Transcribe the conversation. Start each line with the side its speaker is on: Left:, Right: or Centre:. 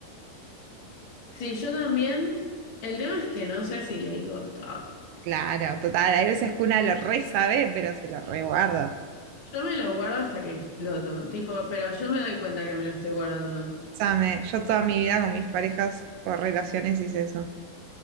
Left: Sí, yo también. El tema es que no sé si le digo todo.
Right: Claro, total. Hay veces que una lo re sabe, pero se lo reguarda.
Left: Yo me lo guardo hasta que exploto, tipo, pero yo me doy cuenta que me lo estoy guardando.
Right: Sabe, yo toda mi vida con mis parejas o relaciones hice eso.